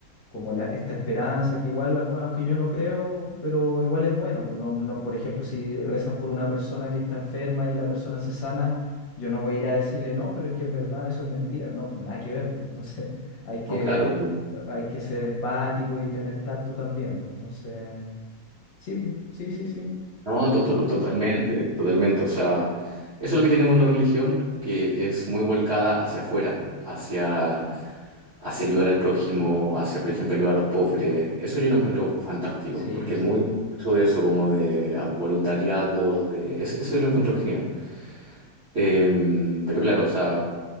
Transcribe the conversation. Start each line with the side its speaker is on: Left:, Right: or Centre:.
Left: como la, esta esperanza que igual, bueno, aunque yo no creo, pero igual es bueno. pues No, no, por ejemplo, si rezan por una persona que está enferma y la persona se sana, yo no voy a ir a decirle, no, pero es que en verdad eso es mentira. No, pues nada que ver. Pues, entonces <laughs> hay que,
Right: No, claro.
Left: hay que ser empático y tener tacto también. Pues entonces, sí, pues, sí, sí, sí.
Right: No,
Left: De-
Right: to-
Left: to-
Right: to- to-
Left: to-
Right: totalmente, totalmente. O sea, eso es lo que tiene bueno la religión, que es muy volcada hacia afuera, hacia, hacia ayudar al prójimo, hacia, por ejemplo, ayudar a los pobres. Eso yo lo encuentro fantástico,
Left: Sí,
Right: porque
Left: pues
Right: es muy mucho de eso, como de ah, voluntariados, de es- eso yo lo encuentro genial. Eh, pero claro, o sea,